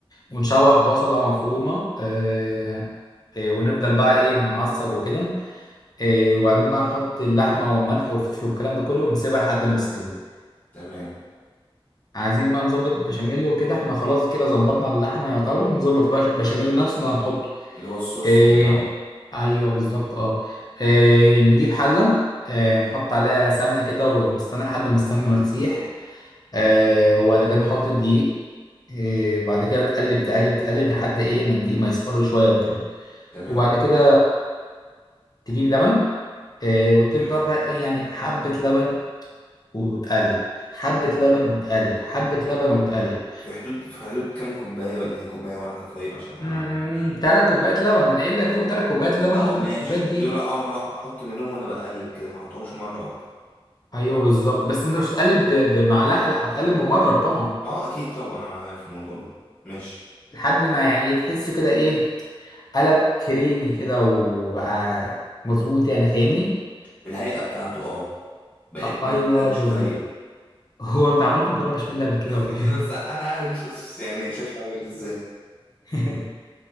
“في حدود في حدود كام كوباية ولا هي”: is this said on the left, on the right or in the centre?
Left